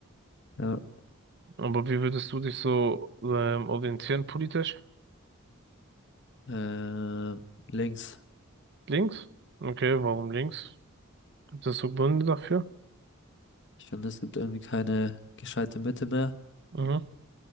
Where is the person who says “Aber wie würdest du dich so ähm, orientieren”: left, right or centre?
Right